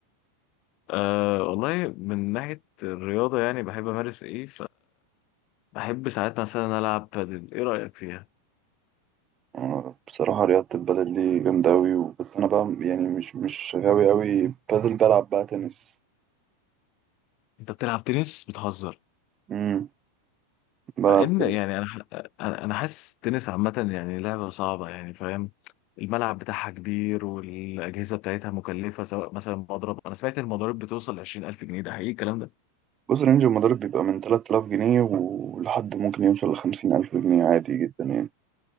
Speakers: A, on the left; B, on the right.
A: أه والله من ناحية الرياضة يعني بحب أمارس إيه فبحب ساعات مثلا ألعب بادل إيه رأيك فيها؟
B: آه، بصراحة رياضة البدل دي جامدة أوي بس أنا بقى يعني مش مش غاوي أوي بدل بلعب بقى تنس
A: أنت بتلعب تنس بتهزر
B: مم. بلعب
A: مع إن
B: تنس
A: يعني أنا ح- أنا أنا حاسس التنس عامة يعني لعبة صعبة يعني فاهم الملعب بتاعها كبير والأجهزة بتاعتها مكلفة سواء مثلا مضرب أنا سمعت إن المضارب بتوصل 20000 جنيه ده حقيقي الكلام ده؟
B: بص رينج المضارب بيبقى من 3000 جنيه ولحد ممكن يوصل لخمسين ألف جنيه عادي جدا يعني